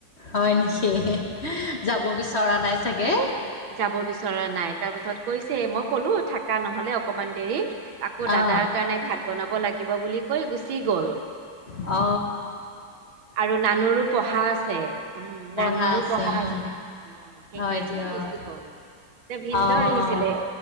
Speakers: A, on the left; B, on the right.
A: হয় নেকি, যাব বিচৰা নাই চাগে।
B: যাব বিচৰা নাই তাৰ পাছত কৈছে মই কলো থাকা নহলে অকমান দেৰি আকৌ দাদাৰ
A: অ
B: কাৰণে ভাত বনাব লাগিব বুলি কৈ গুচি গ'ল।
A: অ।
B: আৰু নানুৰো পঢ়া আছে উম
A: পঢ়া
B: নানুৰো পঢ়া
A: উম
B: আছে। অ সেইকাৰণে
A: হয় দিয়ক
B: গ। <inaudible> ভিনদ
A: অ
B: আহিছিলে
A: অ